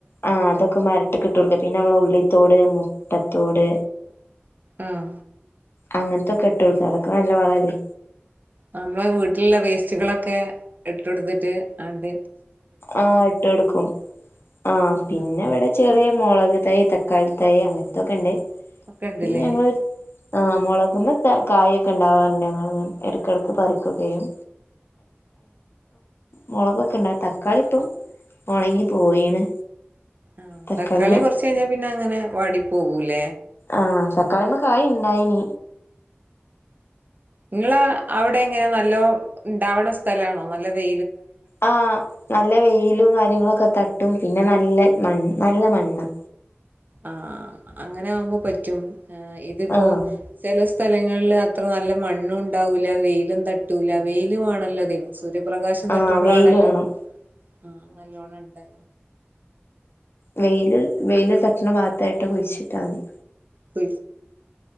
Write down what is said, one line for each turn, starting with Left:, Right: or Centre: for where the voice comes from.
Left: ആഹ് അതൊക്കെ മരട്ടിട്ടർക്ക പിന്നെ നമ്മ ഉള്ള ത്തോട് മുട്ടത്തോട്
Right: ആഹ
Left: അങ്ങനത്തൊക്കെ ഇട്ട് കൊടുക്ക അതൊക്കെ നല്ല വളല്ലേ
Right: നമ്മള് വീട്ടിലുള്ള വേസ്റ്റുകളൊക്കെ ഇട്ട കൊടുത്തിട്ട് അണ്ട്
Left: ആഹ് ഇട്ട് എടുക്കും ആ പിന്നെ
Right: ഉം
Left: ഇവിടെ ചെറിയ മുളക് ത് തക്കാളി തായി് അങ്ങനത്തൊക്കെ ഉണ്ട്
Right: ഒക്കെ ഉണ്ടല്ലേ
Left: പിന്നെ ഞങ്ങരു ആ് മുളക് ന കായൊക്കെ ഉണ്ടാവാറുണ്ട് അ എടക്കടുക്ക പറിക്കുകയും മുളകൊക്കെണ്ട ക്കാളി ഇപ്പം ഉണങ്ങി പോയിണ്
Right: ആ
Left: തക്കാളിമ്മെ
Right: തക്കാളി കുറച്ച് കഴിഞ്ഞാൽ പിന്നെ അങ്ങനെ വടിപ്പകൂല
Left: ആഹ തക്കാളിമ്മ കായ ഇണ്ടായിന
Right: നിങ്ങള് അവിടെ എങ്ങനെ നല്ലോ ഉണ്ടാവുന്ന സ്ഥലാണോ നല്ല വെ
Left: ആഹ നല്ല വെയിലും കാര്യങ്ങളൊക്കെ തട്ടും പിന്നെ ന നല്ല മണ് നല്ല മണ്ണ
Right: ആ അങ്ങനെ ആകുമ്പോ പറ്റും ആ ഇതിപ്പോ
Left: ആഹ്
Right: ചെല സ്ഥലങ്ങളിൽ അത്ര നല്ല മണ്ണും ഉണ്ടാവൂല്ല വെയിലും തട്ടൂല്ല വെയിലു ആണല്ലോ അതിന് സൂര്യപ്രകാശം
Left: ആഹ്
Right: തട്ടുമ്പോളാണല്ലോ
Left: വെയില് വേണം
Right: ആ നല്ലോണം ഉണ്ട്
Left: വെയിലിൽ വെയിലിൽ
Right: അ
Left: തട്ടണ മാ പത്തായിട്ട് കുഴിച്ചിട്ടാൽ മതി
Right: ശ